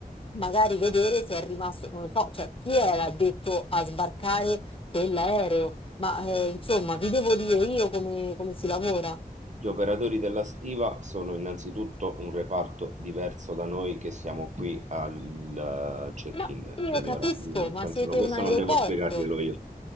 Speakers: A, on the left (about 35°); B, on the right (about 50°).
A: magari vedere se è rimasto, non lo so, cioè chi era detto a sbarcare quell'aereo, ma eh, insomma vi devo dire io come come si lavora.
B: Gli operatori della stiva sono innanzitutto un reparto diverso da noi che siamo qui al eh, check-in,
A: Ma io
B: signora.
A: capisco,
B: Nel
A: ma
B: senso,
A: siete
B: no, questo
A: un aeroporto.
B: non devo spiegarglielo io.